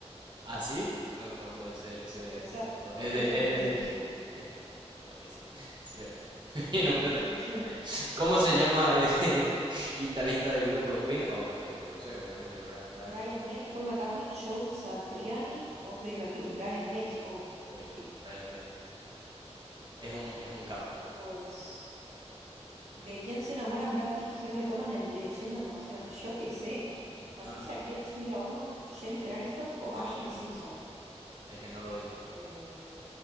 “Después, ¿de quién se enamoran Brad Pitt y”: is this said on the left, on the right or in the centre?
Right